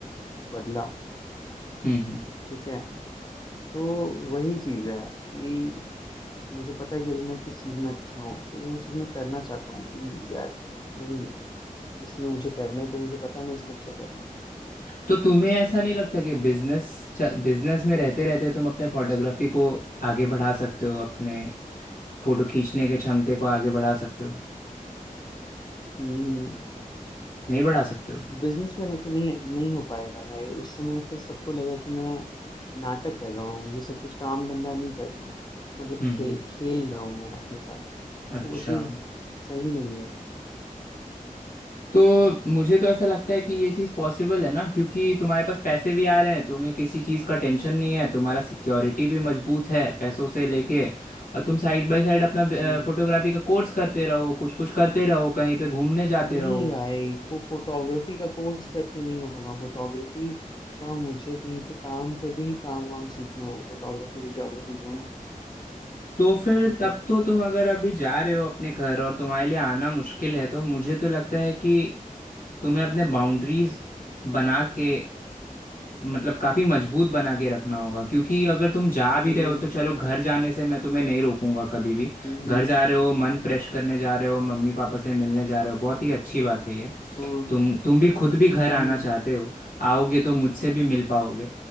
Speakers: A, on the left; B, on the left.
A: बदला
B: हम्म हम्म
A: ठीक है तो वही चीज है कि मुझे पता है कि अभी मैं किस चीज में अच्छा हूँ तो वो चीज मैं करना चाहता हूँ कि यार नहीं इसमें मुझे करने तो मुझे पता है मैं इसमें अच्छा करूंगा
B: तो तुम्हें ऐसा नहीं लगता कि बिजनेस बिजनेस में रहते रहते तुम अपने फोटोग्राफी को आगे बढ़ा सकते हो अपने फोटो खींचने के क्षमते को
A: हम्म
B: आगे बढ़ा सकते हो
A: हम्म
B: नहीं बढ़ा सकते हो
A: बिजनेस में रह के नहीं नहीं हो पाएगा भाई उस समय फिर सबको लगा कि मैं नाटक कर रहा हूँ ये सब कुछ काम धंधा नहीं कर रहा हूँ मतलब
B: हम्म
A: खे,
B: हम्म
A: खेल रहा हूँ मैं अपने साथ तो
B: अच्छा
A: वो चीज सही नहीं है
B: तो मुझे तो ऐसा लगता है कि ये चीज़ पॉसिबल है ना क्योंकि तुम्हारे पास पैसे भी आ रहे हैं तुम्हें किसी चीज़ का टेंशन नहीं है तुम्हारा सिक्योरिटी भी मजबूत है पैसों से लेके और तुम साइड बाय साइड अपना
A: हम्म
B: फोटोग्राफी का कोर्स करते रहो कुछ कुछ करते रहो कहीं पे घूमने जाते
A: नहीं
B: रहो
A: भाई को फोटोग्राफी का कोर्स करके नहीं होगा फोटोग्राफी का मुझे कहीं पे काम करके ही काम वाम सीखना है फोटोग्राफी वीडियोग्राफी दोनों
B: तो फिर
A: ठीक
B: तब
A: है
B: तो तुम अगर अभी जा रहे हो अपने घर और तुम्हारे लिए आना मुश्किल है तो मुझे तो लगता है कि तुम्हें अपने बाउंड्रीज बना के मतलब काफ़ी मजबूत बना के रखना होगा क्योंकि अगर तुम जा भी
A: हम्म
B: रहे हो तो चलो घर जाने से मैं तुम्हें नहीं रोकूंगा कभी भी
A: हम्म
B: घर जा रहे हो मन फ्रेश करने जा रहे हो मम्मी पापा से मिलने जा रहे हो बहुत ही अच्छी बात है ये
A: हम्म
B: तुम तुम भी खुद भी घर
A: हम्म
B: आना चाहते हो आओगे तो मुझसे भी मिल पाओगे